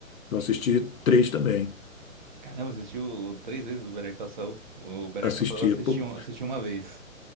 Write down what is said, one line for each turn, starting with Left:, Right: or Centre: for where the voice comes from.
Left: Eu assisti três também.
Right: Caramba, assistiu três vezes o Better Call Saul. O Better
Left: Assisti.
Right: Call Saul eu assisti,
Left: Pô,
Right: um- assisti uma vez.